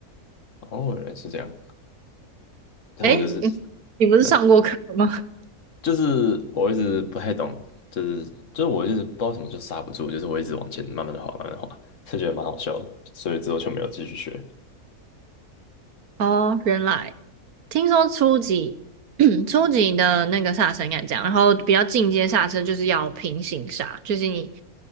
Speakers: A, on the left (about 55°); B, on the right (about 75°).
A: 哦，原来是这样。但我就是，
B: 诶，你你不是上过课吗？
A: 对，就是我一直不太懂，就是就是我一直不知道什么就刹不住，就是我一直往前慢慢的滑，慢慢的滑，就觉得蛮好笑的，所以之后就没有继续学。
B: 哦，原来听说初级 <clears throat> 初级的那个刹车应该这样，然后比较进阶刹车就是要平行刹，就是你，